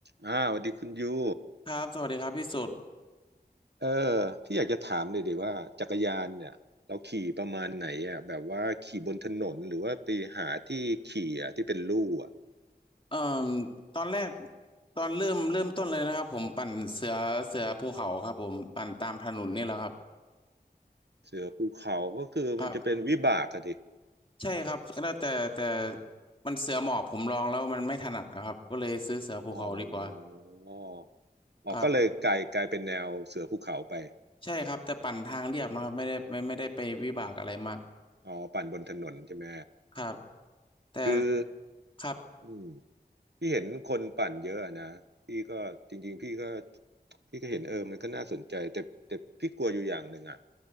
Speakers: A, on the right (about 85°); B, on the left (about 30°).
A: อ่าสวัสดีคุณยู
B: ครับสวัสดีครับพี่สุด
A: เออพี่อยากจะถามเลยดีว่าจักรยานเนี่ยเราขี่ประมาณไหนอ่ะแบบว่าขี่บนถนนหรือว่าไปหาที่ขี่อ่ะที่เป็นลู่อ่ะ
B: เอ่มตอนแรกตอนเริ่มเริ่มต้นเลยนะครับผมปั่นเสือเสือภูเขาครับผมปั่นตามถนนนี่แหละครับ
A: เสือภูเขาก็คือมันจะเป็นวิบากอะดิ
B: ครับใช่ครับก็แต่แต่แต่มันเสือหมอบผมลองแล้วมันไม่ถนัดนะครับก็เลยซื้อเสือภูเขาดีกว่า
A: อ๋ออ๋ออ๋อก็เลยกลายกลายเป็นแนวเสือภูเขาไป
B: ครับใช่ครับแต่ปั่นทางเรียบนะครับไม่ได้ไม่ไม่ได้ไปวิบากอะไรมาก
A: อ๋อปั่นบนถนนใช่ไหม
B: ครับแต่
A: คือ
B: ครับ
A: อืมพี่เห็นคนปั่นเยอะอะนะพี่ก็จริงๆพี่ก็พี่ก็เห็นเออมันก็น่าสนใจแต่แต่พี่กลัวอยู่อย่างหนึ่งอ่ะ